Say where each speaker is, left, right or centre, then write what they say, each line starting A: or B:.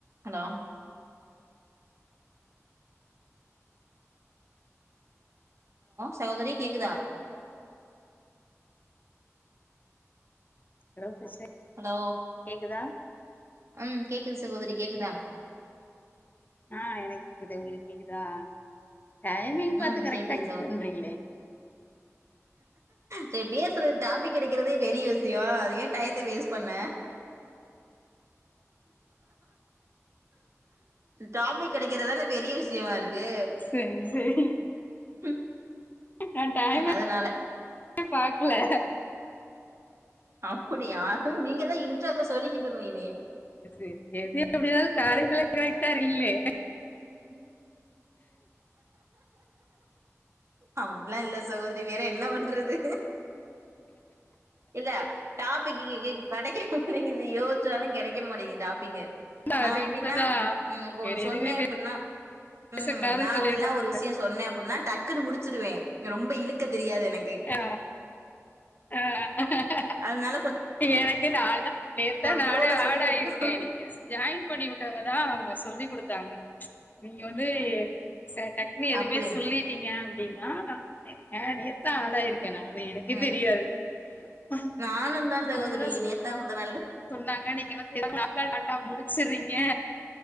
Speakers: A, on the right; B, on the left.
A: hello சகோதரி கேக்குதா
B: hello sister
A: hello
B: கேக்குதா
A: ம் கேக்குது சகோதரி கேக்குதா
B: ஆ எனக்கு கேக்குது உங்களுக்கு கேக்குதா டைமிங்
A: ம்
B: பாத்து கரெக்டா
A: கேக்குது
B: கட் பண்றீங்ளே
A: சேர் பேசுறதுக்கு டாபிக் கெடைக்கறதே பெரிய வி யோ அத ஏன் டயத்த வேஸ்ட் பண்ண டாபிக் கெடைக்கறதானே பெரிய விஷயமா இருக்கு
B: சரி சரி
A: கு
B: நா டைமே
A: அதனால
B: பாக்கல
A: அப்படிய நீங்கதா இன்ட்ரெஸ்ட்டா சொல்லிக்கிட்டு இருந்தீங்களே
B: எ எது எப்டினாளு காரியத்துல கரட்டா இருக்கீங்ளே
A: <inaudible> அப்டிலா இல்ல சகோதரி வேற என்னா பண்றது இல்ல டாப்பிக்கு கடைக்கே மாட்டங்கிது யோசிச்சாலு கெடைக்க மாட்டேங்கிது டாப்பிங்கு நா
B: அது
A: இப்பின்னா
B: உண்மதா
A: ம் இப்ப ஒன்னு
B: வேற
A: சொன்னே
B: எதுவுமே
A: அப்பின்னா
B: பேசக்கூடாதுன்னு
A: ம் ந
B: சொல்லிடுறாங்க
A: இப்டில்லா ஒரு விஷய சொன்னே அப்டின்னா டக்குன்னனு முடிச்சருவே ரொம்ப இழுக்க தெரியாது எனக்
B: அ அ
A: அதனால கொஞ்
B: எனக்கே நாதா நேத்தா நானே
A: ஃப்ளோல சொல்லிக்கிட்டு
B: ஆடாயிருக்கே
A: இருக்கோ
B: நீங்க ஜாயின் பண்ணி உட்டவங்கதா அவுங்க சொல்லிக்குடுத்தாங்க நீங்க வந்து ச டக் இன்னு எதுவுமே
A: அப்டியா
B: சொல்லிட்டீங்க அப்டின்னா நா அ நேத்தா ஆடாயிருக் ஏனா வந்து எனக்கே
A: ம்
B: தெரியாது அ
A: நானுந்தா சகோதரி
B: அவுங்கதா சொ
A: நேத்தா முந்தநாள்
B: சொன்னாங்க நீங்க வந்து லாட்டாலாட்டா முடிச்சறீங்க